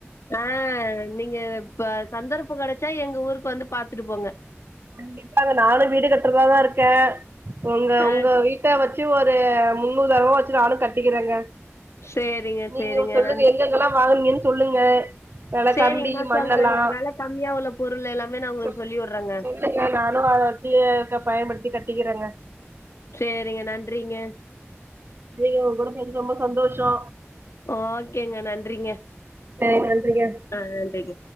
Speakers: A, on the left; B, on the right.
A: ஆ நீங்க இப்ப சந்தர்ப்போங் கெடச்சா எங்க ஊருக்கு வந்து பாத்துட்டு போங்க
B: கண்டிப்பாங்க நானு வீடு கட்றதாதா இருக்க உங்க
A: ஆ
B: உங்க வீட் ட வச்சி ஒரு முன்னுதாரனமா வச்சி நானு கட்டிக்கிறங்க
A: சேரிங்க
B: நீங்க
A: சேரிங்க
B: சொல்லுங்க
A: நன்
B: எங்கெங்கெல்லா வாங்கனீங்கன் சொல்லுங்க வெளக்கம்பி
A: சேரிங்க நா
B: மண்ணெல்லா
A: சொல்றேங்க வெல கம்மியா உள்ள பொருள் எல்லாமே நா உங்களுக்கு
B: சொல்
A: சொல்லி உட்றங்க
B: சொல்லுங்க நானு அத வச்சி பயன்படுத்தி கட்டிக்கிறங்க
A: சேரிங்க நன்றிங்க
B: இன்னைக்கு உங்க கூட பேசுனது ரொம்ப சந்தோஷோ
A: ஓகேங்க நன்றிங்க
B: சேர் நன்றிங்க
A: ஆ நன்றிங்க